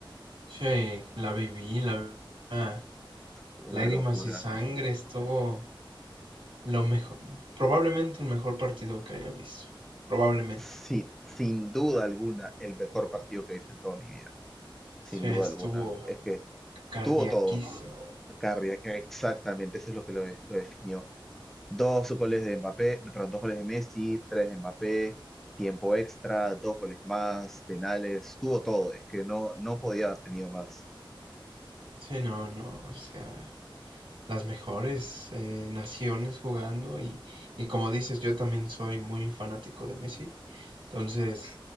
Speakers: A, on the right (about 80°); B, in the centre.
A: Sí, la viví, la vi a
B: fue
A: lágrimas
B: una locura.
A: y sangre, estuvo lo mejor, probablemente el mejor partido que haya visto, probablemente.
B: Sí, sin duda alguna, el mejor partido que hice en toda mi vida, sin
A: Sí, estuvo
B: duda alguna. Es que
A: cardiaquísimo.
B: tuvo todo, Carriac, exactamente, eso es lo que lo, de- lo definió. Dos goles de Mbappé, perdón, dos goles de Messi, tres de Mbappé, tiempo extra, dos goles más, penales, tuvo todo, es que no, no podía haber tenido más.
A: Sí, no, no, o sea, las mejores eh, naciones jugando y, y como dices, yo también soy muy fanático de Messi, entonces